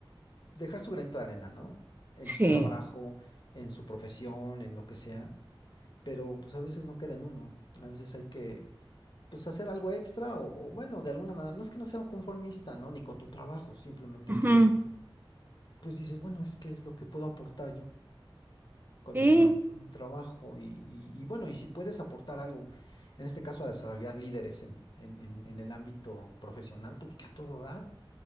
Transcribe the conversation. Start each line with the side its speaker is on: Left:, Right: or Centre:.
Left: dejar su granito de arena, ¿no? En
Right: sí,
Left: su trabajo, en su profesión, en lo que sea. pero pues a veces no queda en uno, a veces hay que pues hacer algo extra o, o, bueno, de alguna manera, no es que no sea conformista, ¿no? Ni con tu trabajo, simplemente
Right: ujú,
Left: que pues dices, bueno, es que es lo que puedo aportar yo con
Right: sí,
Left: mi, con mi trabajo y, y, y, bueno, y si puedes aportar algo, en este caso a desarrollar líderes en, en, en, en el ámbito profesional, pues que a todo dar.